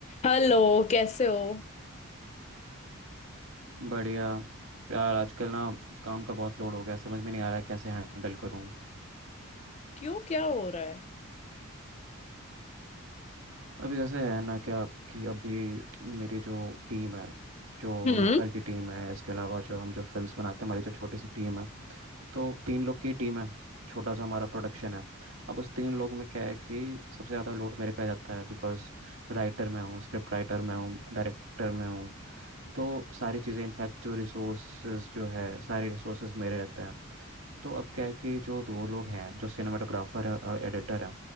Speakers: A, on the left; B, on the right.
A: Hello कैसे हो
B: बढ़िया यार आजकल ना काम का बहुत लोड हो गया समझ में नहीं आ रहा है कैसे हैंडल करूँ
A: क्यों क्या हो रहा है
B: अभी जैसे है ना क्या कि अभी मेरी जो टीम है जो
A: हम्म
B: नुक्कड़ की टीम है इसके अलावा जो हम जो फिल्म्स बनाते हैं हमारी जो छोटी सी टीम है तो तीन लोग की टीम है छोटा सा हमारा प्रोडक्शन है अब उस तीन लोग में क्या है कि सबसे ज़्यादा लोड मेरे पे आ जाता है बिकॉज राइटर मैं हूँ स्क्रिप्ट राइटर मैं हूँ डायरेक्टर मैं हूँ तो सारी चीज़ें इनफैक्ट जो रिसोर्सेज जो है सारे रिसोर्सेज मेरे रहते हैं तो अब क्या है कि जो दो लोग हैं जो सिनेमाटोग्राफर है और एडिटर है